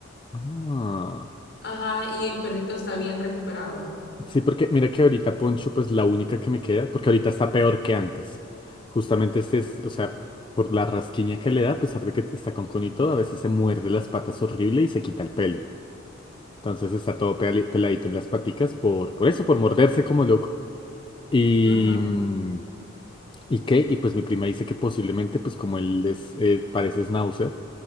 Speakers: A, on the left (about 25°); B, on the left (about 60°).
A: Ah.
B: Ajá, y el perrito está bien recuperado.
A: Sí, porque mira que ahorita Poncho, pues la única que me queda, porque ahorita está peor que antes. Justamente este es, o sea, por la rasquiña que le da, a pesar de que está con conito, a veces se muerde las patas horrible y se quita el pelo. Entonces está todo peli- peladito en las paticas por, por eso, por morderse como loco. Y,
B: Ajá.
A: mm, ¿y qué? Y pues mi prima dice que posiblemente, pues como él es, eh, parece Schnauzer,